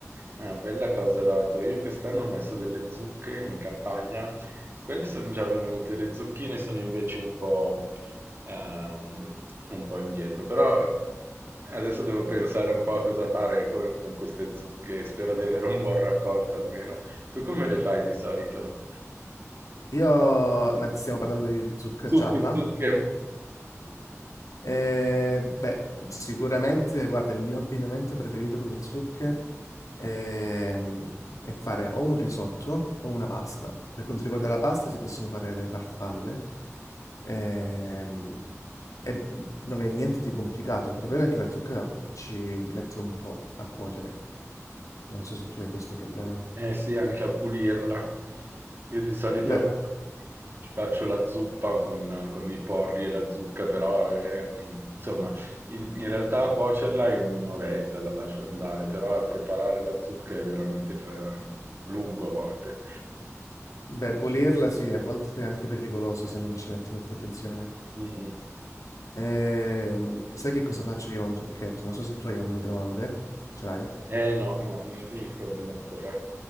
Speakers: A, on the right (about 45°); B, on the left (about 85°).
A: Ah, bella cosa lardo. Io quest'anno ho messo delle zucche in campagna, quelle sono già venute, le zucchine sono invece un po', ehm, un po' indietro, però adesso devo pensare un po' a cosa fare con, con queste zucche, spero di avere un buon raccolto almeno. Tu come le fai di solito?
B: Io, ma stiamo parlando di zucca
A: Zucche,
B: gialla?
A: zucche.
B: Eh, beh, sicuramente, guarda, il mio abbinamento preferito con le zucche ehm, è fare o un risotto o una pasta. Per quanto riguarda la pasta, si possono fare le farfalle. Ehm, E mhmm, non è niente di complicato, il problema è che la zucca ci mette un po' a cuocere. Non so se tu hai questo problema.
A: Eh sì, anche a pulirla. Io di solito
B: Beh, eh,
A: ci faccio la zuppa con, con i porri e la zucca, però è, insomma, in, in realtà a cuocerla in un'oretta la lascio andare, però a preparare la zucca è veramente fa- lungo a volte.
B: beh, pulirla sì, a volte è anche pericoloso se non ci metti molta attenzione.
A: Mm.
B: Ehm, sai che cosa faccio io? Ho Un trucchetto, non so se tu hai un microonde, ce l'hai?
A: Eh no, no, niente microonde ancora,